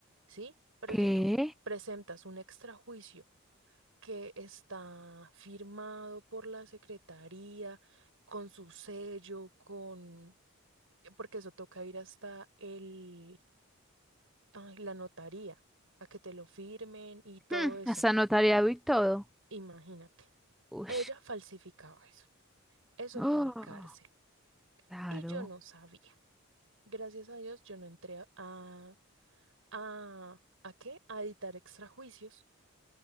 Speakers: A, on the right; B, in the centre.
A: ¿sí? Pero
B: ¿Qué?
A: si tú presentas un extrajuicio que está firmado por la secretaría, con su sello, con... porque eso toca ir hasta el... ay, la notaría, a que te lo firmen y todo
B: Hmm,
A: eso.
B: hasta notariado y todo.
A: Imagínate.
B: Uy.
A: Ella falsificaba eso. Eso
B: Oh,
A: tiene cárcel.
B: claro.
A: Y yo no sabía. Gracias a Dios, yo no entré a, a, a, ¿a qué? A editar extrajuicios.